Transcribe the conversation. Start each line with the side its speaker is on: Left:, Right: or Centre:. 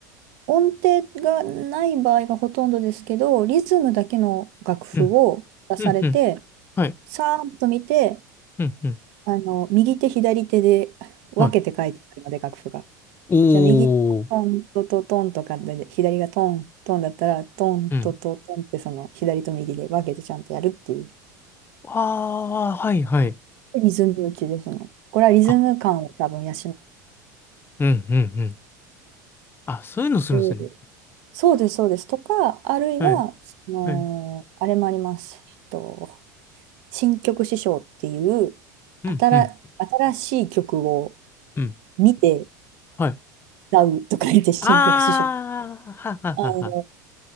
Right: 音程がない場合がほとんどですけど、リズムだけの楽譜を出されて、
Left: うん。うん、うん。はい。
Right: さーっと見て、
Left: うん、うん。
Right: あの、右手、左手で分けて書いてあるので、
Left: はい。
Right: 楽譜が。
Left: おー。
Right: じゃあ、右手がトントトトンとかで、左がトントンだったら、トントトトンって、
Left: うん。
Right: その、左と右で分けてちゃんとやるっていう、
Left: ああ、はい、はい。
Right: リズム打ちですね。これはリズム感を多分養
Left: あ、うん、うん、うん。あ、そういうのするんですね。
Right: う。そうです、そうです。とか、あるいは、
Left: はい。
Right: その、
Left: はい。
Right: あれもあります。えっと、新曲師匠っていう、
Left: うん、
Right: 新、
Left: うん、
Right: 新しい曲を
Left: うん。
Right: 見て
Left: はい。
Right: 歌うとか言って、新曲師匠。
Left: ああ、はははは。
Right: あの、